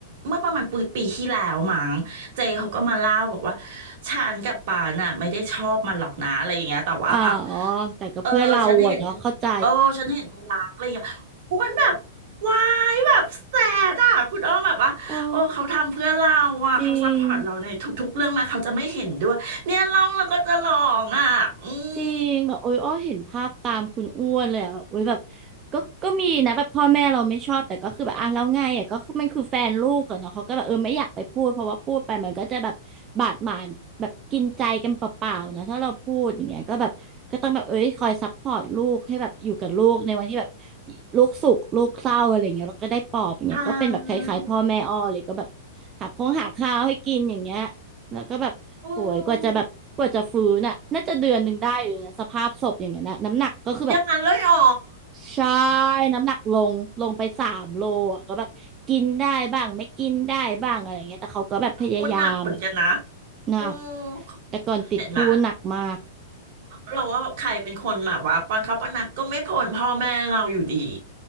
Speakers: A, on the right (about 50°); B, on the right (about 20°).
A: เมื่อประมาณปีปีที่แล้วมั้ง เจเขาก็มาเล่าบอกว่าฉันกับปานน่ะไม่ได้ชอบมันหรอกนะอะไรอย่างเงี้ยแต่ว่าแบบ
B: อ่าอ๋อแต่ก็เพื่อนเราอะเนาะเข้าใจ
A: เออฉันเห็นเธอเออฉันเห็นเธอรักอะไรอย่างเงี้ยอ้วนแบบวายแบบแสดอ่ะคุณอ้อมแบบว่าโอ้เขาทำเพื่อเราอ่ะเขาซัพพอร์ตเราในทุกๆเรื่องแมาเขาจะไม่เห็นด้วยเนี่ยร้องแล้วก็จะร้องอ่ะอืม
B: โอ้จริงจริงแบบโอ้ยอ้อเห็นภาพตามคุณอ้วนเลยอะแบบโอ้ยแบบก็ก็มีนะแบบพ่อแม่เราไม่ชอบแต่ก็คือแบบอ่ะแล้วไงอ่ะก็คือมันคือแฟนลูกอะเนาะเขาก็แบบเออไม่อยากไปพูดเพราะว่าพูดไปมันก็จะแบบบาดหมางแบบกินใจกันเปล่าๆเนาะถ้าเราพูดอย่างเงี้ยก็แบบก็ต้องแบบเอ้ยคอยซัพพอร์ตลูกให้แบบอยู่กับลูกในวันที่แบบลูกสุขลูกเศร้าอะไรอย่างเงี้ยแล้วก็ได้ปลอบอย่างเงี้ยก็เป็นแบบคล้ายๆพ่อแม่อ้อเลยก็แบบ
A: ใช่
B: หาคงหาข้าวให้กินอย่างเงี้ยแล้วก็แบบ
A: อื
B: โอ้ยกว่าจะแบบกว่าจะฟื้นน่ะน่าจะเดือนหนึ่งได้เลยนะสภาพศพอย่างเงี้ยนะน้ำหนักก็คือแบบ
A: มอย่างนั้นเลยเหรอ
B: ใช่
A: <laughs>
B: น้ำหนักลงลงไปสามโลอ่ะก็แบบกินได้บ้างไม่กินได้บ้างอะไรเงี้ยแต่เขาก็แบบพยายามอะ
A: โอ้หนักเหมือนกันนะ
B: หนัก
A: อืม
B: แต่ก่อนติดพูหนักมาก
A: เห็นไหม เราว่าใครเป็นคนแบบว่าป้อนข้าวป้อนน้ำก็ไม่พ้นพ่อแม่เราอยู่ดี